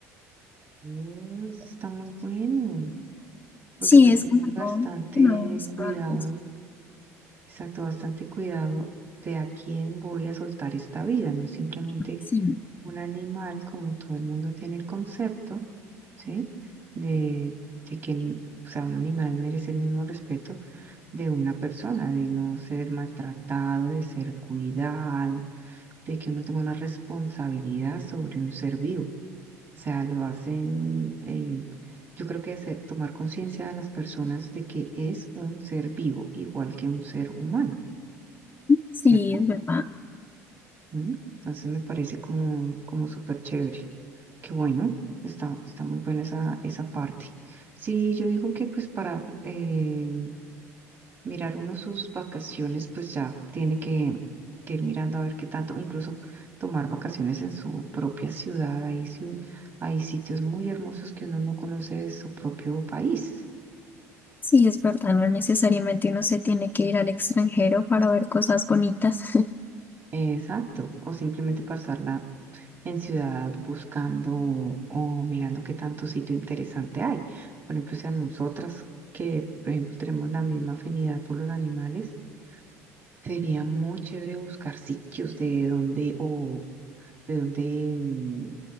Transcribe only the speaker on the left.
Sí,
es
como algo
que no he visto
antes.
Sí,
sí,
es verdad.
Sí, es verdad, no necesariamente uno se tiene que ir al extranjero para ver cosas bonitas. <laughs>